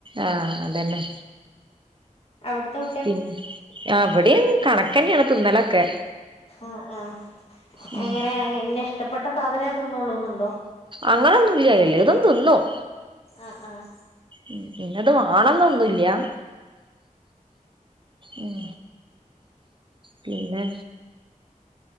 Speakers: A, on the right (about 35°); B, on the left (about 45°).
A: ആഹ് അതന്നെ
B: അവിടുതെ
A: പിന്ന് ആഹ് ഇവിടെയും കണക്കന്നെണ് തിന്നലൊക്കെ
B: ആഹ് ആഹ്
A: ഉം
B: എങ്ങനെ ഇന്ന ഇഷ്ടപ്പെട്ട സാധനെ തിന്നുള്ളുന്നുണ്ടോ?
A: അങ്ങനൊന്നുല്ല എല്ലതും തിന്നും
B: ആഹ് ആഹ്
A: ഉം ഇന്നത് വേണന്നൊന്നുല്ല ഉം പിന്നെ